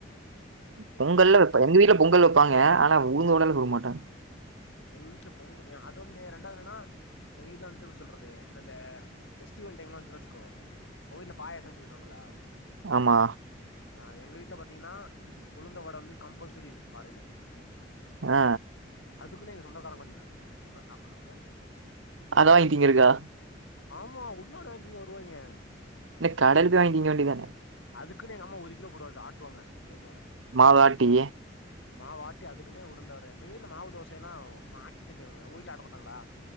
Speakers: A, on the right; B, on the left.
A: பொங்கல்ல
B: இதுல என்ன இருக்கு
A: வப்ப எங்க வீட்ல பொங்கல் வப்பாங்க ஆனா உளுந்து வடயெல்லா சுட மாட்டாங்க
B: எங்க வீட்ல பொங்கு அது ஒண்ணு ரெண்டாது என்னன்னா எங்கவீட்ல வந்துட்டு எப்டி சொல்றது அந்த பெஸ்டிவல் டைம்லா வந்துச்சு வெச்சுக்கோ உங் வீட்ல பாயாச செய்வாங்களா
A: மா
B: அ எங்க வீட்ல பாத்தீங்கன்னா உளுந்த வட வந்து கம்பல்சரி இருக்கு காலையில
A: ஆ
B: அதுக்குள்ள எங்க சொந்தக்காரங்க கொஞ்ச பேர் வருவங்காங்க தெரியுமா சாப்பறதுக்கு
A: அத வாங்கி திங்கருக்கா
B: ஆமா உளுந்த வட வாங்கி திங்க வருவாய்ங்க
A: என்ன கடைல போய் வாங்கி திங்க வேண்டிதான
B: அதுக்குன்னு எங்க அம்மா ஒரு கிலோ போட்டு ஆட்டுவாங்க உளுந்த வட
A: மாவாட்டி
B: மாவாட்டி அதுக்குன்னே உழுந்தோட எங்க வீட்ல மாவு தோசைல்லா மா ஆட்டி தான் செய்வாங்க உங்க வீட்ல ஆட்ட மாட்டாங்களா